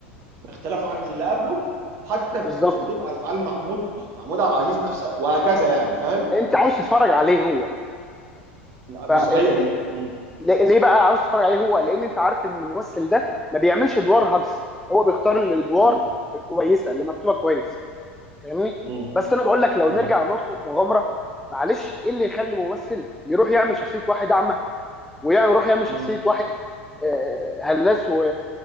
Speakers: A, on the right; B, in the centre.
A: باختلافه عن اللي قبله حتى
B: بالظبط
A: في ردود افعال محمود محمود عبد العزيز نفسه وهكذا يعني فاهم
B: انت عاوز تتفرج عليه هو تمام
A: بز- هي دي مم.
B: ليه ليه بقى عاوز تتفرج عليه هو لان انت عارف ان الممثل ده ما بيعملش ادوار هجز هو بيختار الادوار
A: مم.
B: الكويسه اللي مكتوبه كويس فاهمني
A: مم.
B: بس انا بقول لك لو
A: مم.
B: نرجع لنقطه المغامره معلش ايه اللي يخلي ممثل يروح يعمل شخصيه واحد اعمى ويروح يعمل
A: مم.
B: شخصيه واحد آه، هلاس و-